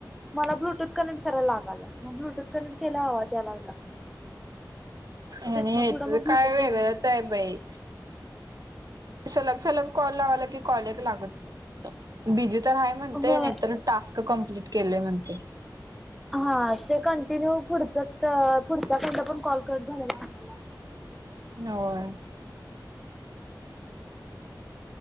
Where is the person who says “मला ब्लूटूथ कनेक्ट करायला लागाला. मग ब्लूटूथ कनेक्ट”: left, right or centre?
Centre